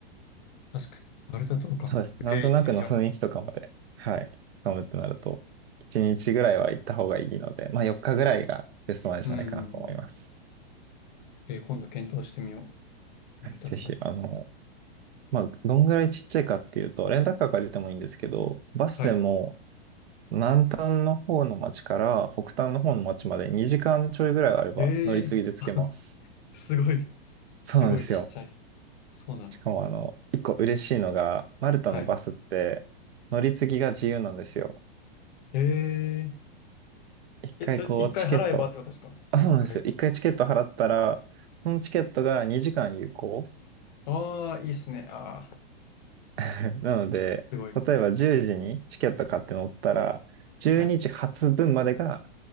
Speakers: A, on the left (about 50°); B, on the right (about 80°).
A: 確かに。マルタ島か。
B: そうです。なんとなくの雰囲気とかまで、
A: えー、行ってみよ
B: はい、つかむってなると1日ぐらいは行った方がいいので、まあ4日ぐらいがベストなんじゃないかなと思います。
A: う。うん。えー、今度検討してみよう。
B: はい、
A: マルタ島
B: ぜひ、あの、まあ、どんぐらいちっちゃいかっていうと、レンタカー借りてもいいんですけど、バスでも
A: はい。
B: 南端の方の町から北端の方の町まで2時間ちょいぐらいあれば乗り継ぎで着けます。
A: ええあ <laughs> すごい。
B: そうなんですよ。
A: すごいちっちゃい。そうなんだ。
B: しかもあの、一個嬉しいのが、マルタのバスって乗り継ぎが自由なんですよ。
A: はい。え
B: 一回こうチケット、
A: ええ、それ一回払えばってことですかその一回。
B: あ、そうなんですよ。一回チケット払ったら、そのチケットが2時間有効。
A: ああ、いいっすね。ああ、
B: <laughs> なので、
A: すごい。
B: 例えば10時にチケット買って乗ったら、12時発分までが
A: はい。